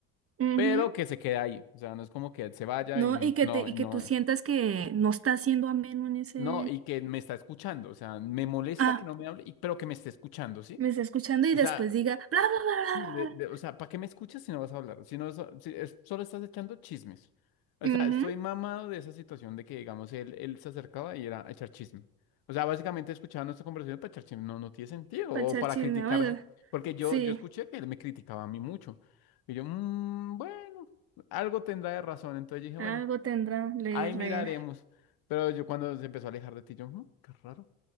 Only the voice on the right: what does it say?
<laughs>
No,
y que
te, y
que tú sientas que no está siendo ameno en ese.
Ah,
me está escuchando y
después
diga bla bla bla
bla.
mhm
para
echar
chisme,
oiga.
Sí,
algo tendrá, le
re.